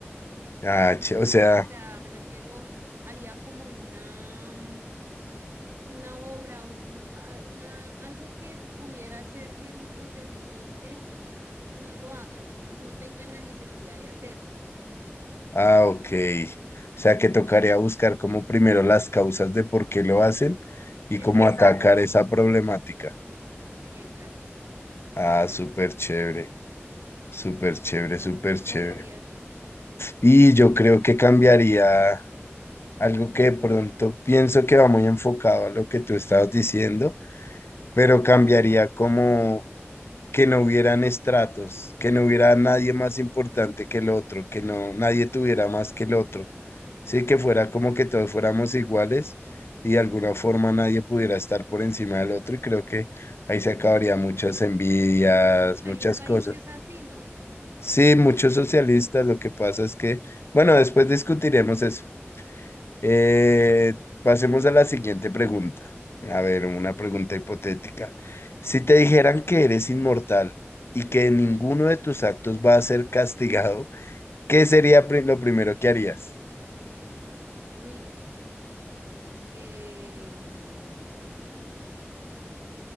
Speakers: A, on the left; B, on the right.
A: Ah, che- o sea,
B: O sea, me refiero, haría como una, mm, una obra, un, o a- una, algo que pudiera hacer que el- los delincuentes no lo hagan, no tengan la necesidad de hacerlo.
A: ah, ok. O sea, que tocaría buscar como primero las causas de por qué lo hacen y
B: Exacto,
A: cómo Exacto. atacar
B: como,
A: esa problemática.
B: exacto, sí.
A: Ah, súper chévere, súper chévere, súper
B: ¿Y
A: chévere.
B: tú qué harías?
A: Y yo creo que cambiaría algo que de pronto pienso que va muy enfocado a lo que tú estabas diciendo, pero cambiaría como que no hubieran estratos, que no hubiera nadie más importante que el otro, que no nadie tuviera más que el otro, sí, que fuera como que todos fuéramos iguales y de alguna forma nadie pudiera estar por encima del otro y creo que ahí se acabaría muchas envidias,
B: Hay
A: muchas
B: un país
A: cosas.
B: que es así, ¿no?
A: Sí, muchos socialistas, lo que pasa es que, bueno, después discutiremos eso. Eh,
B: Bueno, sí, sí, sí.
A: pasemos a la siguiente pregunta. A ver, una pregunta hipotética. Si te dijeran que eres inmortal y que ninguno de tus actos va a ser castigado, ¿qué sería pri- lo primero que harías?
B: Uy, eh, mm,